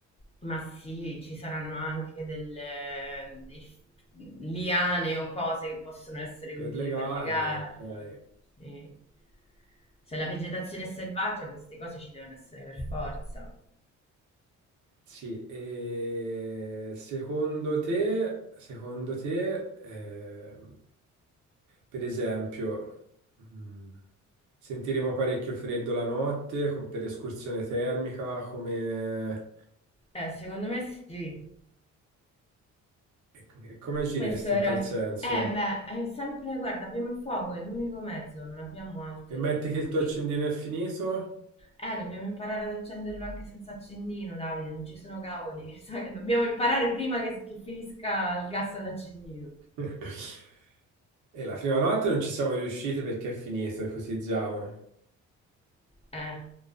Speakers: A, on the left; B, on the right.
A: Ma sì, ci saranno anche delle dei f liane o cose che possono essere
B: Per
A: utili
B: legarle,
A: per legarle.
B: ok.
A: Sì. Se la vegetazione è selvaggia, queste cose ci devono essere per forza.
B: Sì, e secondo te, secondo te, ehm, per esempio, mm, sentiremo parecchio freddo la notte com- per escursione termica, come,
A: Eh, secondo me sì.
B: e come agiresti
A: Questo era...
B: in tal senso?
A: Eh, beh, è sempre... Guarda, abbiamo il fuoco, è l'unico mezzo, non abbiamo altri
B: E metti
A: trucchi.
B: che il tuo accendino è finito?
A: Eh, dobbiamo imparare ad accenderlo anche senza accendino, Davide, non ci sono cavoli. <laughs> Sai, Dobbiamo imparare prima che, che finisca il gas all'accendino.
B: <laughs> E la prima notte non ci siamo riusciti perché è finito, ipotizziamo.
A: Eh,